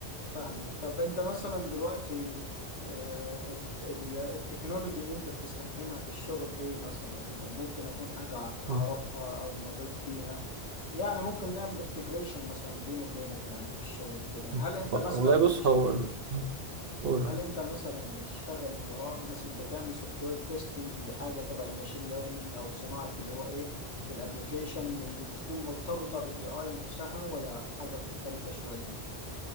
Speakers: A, on the left; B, on the right.
A: فاهمك طب انت مثلا دلوقتي آه، ال- التكنولوجي اللي انت بتستخدمها في الشغل ايه مثلا ممكن اكون حاجة اعرفها
B: مم.
A: او مريت بيها يعني ممكن نعمل انتجريشن مثلا بيني وبينك يعني في الشغل كده
B: مم.
A: هل انت
B: والله
A: مثلا
B: بص
A: بتشت...
B: هو ال- قول
A: هل انت مثلا بتشتغل وراء مثلا بتعمل سوفت وير تيستنج لحاجة تبع الماشين ليرنينج او صناعة اللي هو ايه الابلكيشن اللي بتكون مرتبطة بالاي اي نفسها ولا حاجة مختلفة شوية